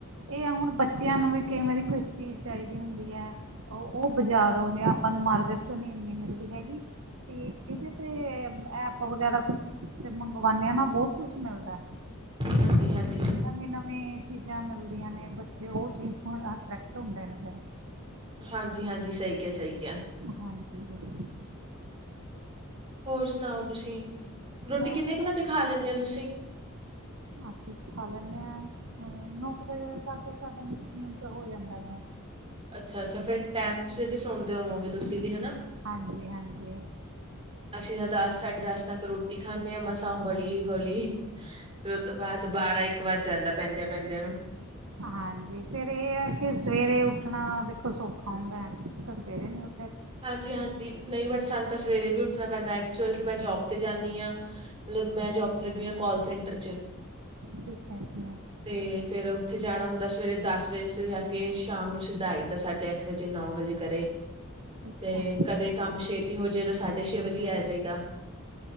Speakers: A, on the right; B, on the right.
A: ਏ ਆ ਹੁਣ ਬੱਚਿਆਂ ਨੂੰ ਵੀ ਕਿਵੇਂ ਦੀ ਕੁਛ ਚੀਜ਼ ਚਾਈਦੀ ਹੁੰਦੀ ਐ। ਓ ਬਾਜ਼ਾਰੋਂ
B: ਹਾਂਜੀ
A: ਨੇ ਆ ਆਪਾਂ ਨੂੰ ਮਾਰਕੀਟ ਚੋਂ ਐਨੀ ਇੰਨੀ ਮਿਲਦੀ ਹੈਗੀ। 'ਤੇ ਏਦੇ ਤੇ ਐਪ ਵਗੈਰਾ ਕੁਛ ਤੇ ਮੰਗਵਾਨੇ ਆ ਨਾ ਬੋਤ ਕੁਛ ਮਿਲਦਾ ਐ।
B: ਹਾਂਜੀ ਹਾਂ।
A: ਨਵੀ-ਨਵੀ ਚੀਜ਼ਾਂ ਮਿਲਦੀਆਂ ਨੇ ਬੱਚੇ ਓ ਚੀਜ਼ ਨਾਲ ਅਟੈ੍ਕਟ ਹੁੰਦੇ ਨੇ ਫੇਰ।
B: ਹਾਂਜੀ-ਹਾਂਜੀ ਸਈ ਕੇਆ, ਸਈ ਕੇਆ।
A: ਹਾਂਜੀ।
B: ਹੋਰ ਸੁਣਾਓ ਤੁਸੀਂ, ਰੋਟੀ
A: ਬਸ
B: ਕਿੰਨੇ ਕ ਵਜੇ ਖਾਂ ਲੈਂਨੇ ਓ ਤੁਸੀਂ?
A: ਅਸੀਂ ਖਾਂ ਲੈਨੇਂ ਆ ਹੂੰ ਨੌ ਕ ਵਜੇ ਤੱਕ ਸਾਡਾ ਮਿਨਸ ਹੋ ਜਾਂਦਾ ਗਾ।
B: ਅੱਛਾ-ਅੱਛਾ ਫੇਰ ਟਾਇਮ ਸਿਰ ਈ ਸੋਂਦੇ ਹੋਵੋਗੇ ਤੁਸੀਂ? ਵੀ ਹਨਾ
A: ਹਾਂਜੀ-ਹਾਂਜੀ।
B: ਅਸੀਂ ਤਾਂ ਦਸ, ਸਾਢੇ ਦਸ ਤੱਕ ਰੋਟੀ ਖਾਨੇ ਆ ਮਸਾ ਹੌਲੀ-ਹੌਲੀ ਫੇਰ ਓ ਤੋਂ ਬਾਤ ਬਾਰਾਂ-ਇੱਕ ਵੱਜ ਜਾਂਦਾ ਪੈਂਦਿਆਂ-ਪੈਂਦਿਆਂ ਨੂੰ।
A: ਹਾਂਜੀ ਫੇਰ ਏ ਐ ਕਿ ਸਵੇਰੇ ਉੱਠਣਾ ਦੇਖੋ ਸੌਖਾ ਹੁੰਦਾ ਐ ਤਾਂ ਸਵੇਰੇ ਨੀ ਉ
B: ਹਾਂਜੀ-ਹਾਂਜੀ ਨਈ ਬਟ ਸਾਨੂੰ ਤਾਂ ਸਵੇਰੇ ਵੀ ਉੱਠਣਾ ਪੈਂਦਾ ਐਕਚੁਅਲ 'ਚ ਮੈਂ ਜੋਬ 'ਤੇ ਜਾਂਨੀ ਆ। ਮਤਲਬ ਮੈਂ ਜੋਬ ਤੇ ਲੱਗੀ ਹੋਈ ਆ ਕਾਲ ਸੈਂਟਰ 'ਚ।
A: ਠੀਕ ਕੈਂਤੇ ਐ।
B: ਤੇ ਫੇਰ ਉੱਥੇ ਜਾਣਾ ਹੁੰਦਾ ਸਵੇਰੇ ਦਸ ਵਜੇ 'ਚ ਜਾ ਕੇ ਸ਼ਾਮ ਨੂੰ ਸਿੱਧਾ ਆਈ ਦਾ ਸਾਢੇ ਅੱਠ ਵਜੇ, ਨੌ ਵਜੇ ਘਰੇ।
A: ਠੀਕ
B: ਤੇ
A: ਹੈ
B: ਕਦੇ ਕੰਮ ਛੇਤੀ ਹੋਜੇ ਤਾਂ ਸਾਢੇ ਛੇ ਵਜੇ ਈ ਆਇਆ ਜਾਈਦਾ।